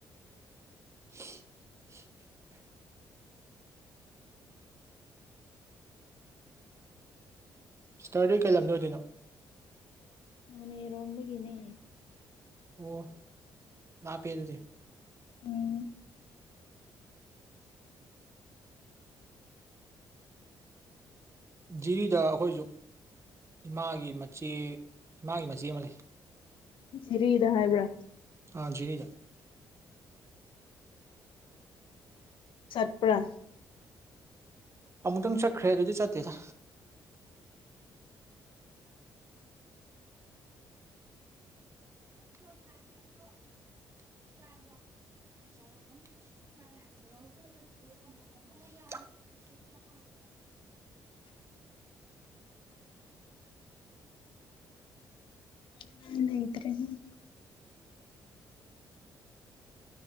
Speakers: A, on the right; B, on the left.
A: <unintelligible> ꯏꯁꯇꯔꯗꯤ ꯀꯩ ꯂꯝꯗꯩ ꯑꯣꯏꯗꯣꯏꯅꯣ
B: ꯅꯣꯅꯦ ꯔꯣꯝꯗꯒꯤꯅꯦ
A: ꯑꯣ ꯂꯥꯞꯄꯦ ꯑꯗꯨꯗꯤ
B: ꯎꯝ
A: ꯖꯤꯔꯤꯗ ꯑꯩꯈꯣꯏꯖꯨ ꯏꯃꯥꯒꯤ ꯃꯆꯦ ꯏꯃꯥꯒꯤ ꯃꯆꯦ ꯑꯃ ꯂꯩ
B: ꯖꯤꯔꯤꯗ ꯍꯥꯏꯕ꯭ꯔꯥ
A: ꯑꯥ ꯖꯤꯔꯤꯗ
B: ꯆꯠꯄ꯭ꯔꯥ꯫
A: ꯑꯃꯨꯛꯇꯪ ꯆꯠꯈ꯭ꯔꯦ ꯑꯗꯨꯗꯤ ꯆꯠꯇꯦꯗ꯫ <unintelligible> <unintelligible>
B: <unintelligible>